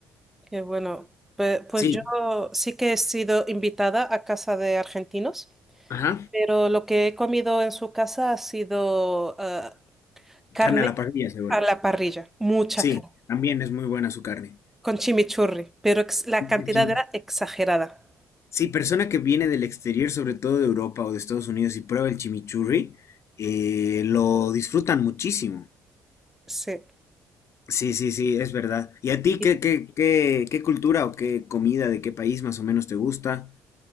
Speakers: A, in the centre; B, on the left (about 50°).
A: que bueno, pe- pues,
B: Sí,
A: yo sí que he sido invitada a casa de argentinos,
B: ajá.
A: pero lo que he comido en su casa ha sido eh, carne
B: Carne a la parrilla, seguro.
A: a la parrilla, mucha
B: Sí,
A: carne,
B: también es muy buena su carne.
A: con chimichurri, pero ex- la cantidad
B: El chimi-
A: era exagerada.
B: Sí, persona que viene del exterior, sobre todo de Europa o de Estados Unidos, y prueba el chimichurri, eh, lo disfrutan muchísimo.
A: Sí.
B: Sí, sí, sí, es verdad. ¿Y a ti
A: Y,
B: qué, qué, qué, qué cultura o qué comida de qué país más o menos te gusta?